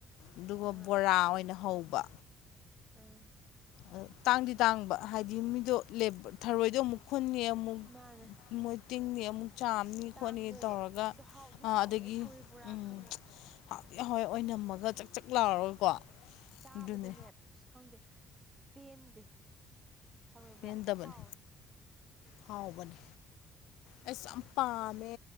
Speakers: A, on the left; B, on the right.
A: ꯑꯗꯨꯒ
B: ꯑꯥ
A: ꯕꯣꯔꯥ ꯑꯣꯏꯅ ꯍꯧꯕ
B: ꯑ
A: ꯑ ꯇꯥꯡꯗꯤ ꯇꯥꯡꯕ ꯍꯥꯏꯗꯤ ꯃꯤꯗꯣ ꯂꯦꯕ ꯊꯔꯣꯏꯗꯣ ꯑꯃꯨꯛ ꯈꯨꯟꯅꯤ ꯑꯃꯨꯛ
B: ꯃꯥꯅꯦ
A: ꯃꯣꯏ ꯇꯤꯡꯅꯤ ꯑꯃꯨꯛ ꯆꯥꯝꯅꯤ
B: ꯇꯥꯡꯗꯣꯏꯅꯦ
A: ꯈꯣꯠꯅꯤ ꯇꯧꯔꯒ
B: ꯑꯗꯣ ꯍꯥꯎꯗꯤ
A: ꯑꯥ
B: ꯍꯥꯎꯋꯦ
A: ꯑꯗꯒꯤ
B: ꯊꯔꯣꯏ ꯕꯣꯔꯥ
A: ꯎꯝ
B: ꯈꯪꯉꯦ
A: ꯍꯥꯎꯗꯤ ꯍꯥꯎꯑꯦ ꯑꯣꯏꯅꯝꯃꯒ ꯆꯛ ꯆꯛ ꯂꯥꯎꯔꯒꯀꯣ
B: ꯆꯥꯕꯗꯅꯦ
A: ꯑꯗꯨꯅꯦ
B: ꯑꯁ ꯈꯪꯗꯦ ꯄꯦꯟꯗꯦ ꯊꯔꯣꯏ ꯕꯣꯔꯥ
A: ꯄꯦꯟꯗꯕꯅꯦ
B: ꯊꯤ ꯍꯥꯎꯋꯦ
A: ꯍꯥꯎꯕꯅꯦ ꯑꯩꯁꯨ ꯌꯥꯝ ꯄꯥꯝꯃꯦ